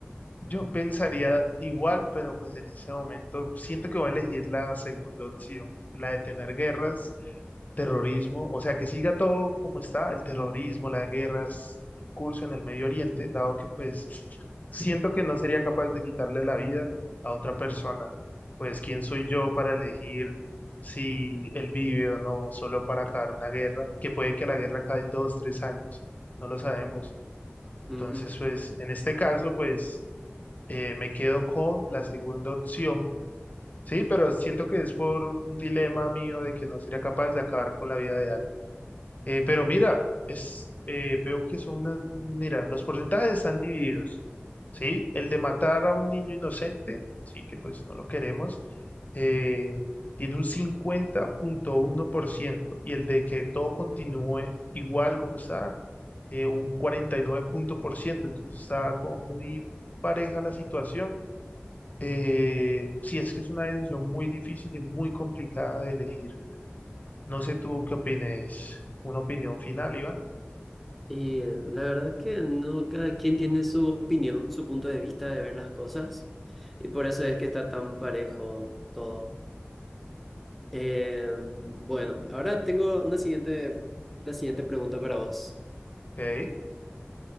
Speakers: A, on the left; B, in the centre.
A: yo pensaría igual, pero pues en ese momento siento que voy a elegir la segunda opción, la de tener guerras terrorismo, o sea, que siga todo como está, el terrorismo, las guerras, el curso en el Medio Oriente, dado que pues siento que no sería capaz de quitarle la vida a otra persona. Pues quién soy yo para elegir si él vive o no, solo para acabar una guerra, que puede que la guerra acabe en dos, tres años, no lo sabemos. Entonces,
B: Ujú,
A: pues en este caso, pues eh, me quedo con la segunda opción. Sí, pero siento que es por un dilema mío de que no sería capaz de acabar con la vida de alguien. Eh, pero
B: ya.
A: mira, es, eh, veo que son unas, mira, los porcentajes están divididos, ¿sí? El de matar a un niño inocente, sí, que pues no lo queremos, eh, tiene un cincuenta punto uno por ciento y el de que todo continúe igual como está, eh, un cuarenta y nueve punto por ciento. entonces está como muy pareja la situación. Eh, sí, es que es una decisión muy difícil y muy complicada de elegir. No sé tú qué opines, una opinión final, Iván.
B: Y eh, la verdad que no, cada quien tiene su opinión, su punto de vista de ver las cosas, y por eso es que está tan parejo todo. Eh, bueno, ahora tengo una siguiente, la siguiente pregunta para vos.
A: Ok.